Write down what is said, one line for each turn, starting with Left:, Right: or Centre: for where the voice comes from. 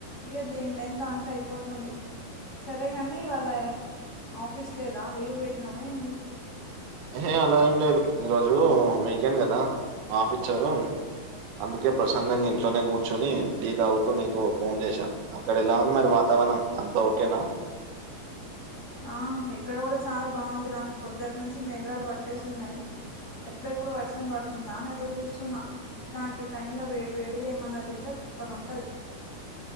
Left: ఇగ దేని టైం దానికి అయిపోతుంది సరేగాని ఇవాళ ఆఫీస్ లేదా లీవ్ పెట్టినావ ఏంది
Right: ఎహె అలా ఏం లేదు ఈరోజు వీకెండ్ కదా ఆఫ్ ఇచ్చారు అందుకే ప్రషాందంగా ఇంట్లోనే కూర్చొని టీ తాగుతూ నీకు ఫోన్ చేసా అక్కడ ఎలా ఉంది మరి వాత వనం అంతా ఓకేనా
Left: ఆ ఇక్కడ కూడా చాలా బాగుందిరా పొద్దుటి నుంచి మేఘాలు పట్టేసి ఉన్నాయి ఎప్పుడెప్పుడు వర్షం పడుతుందా అని ఎదురు చూస్తున్నా ఇట్లాంటి టైమ్ ల వేడి వేడిది ఏమన్న తింటే సుప్పన్ ఉంటది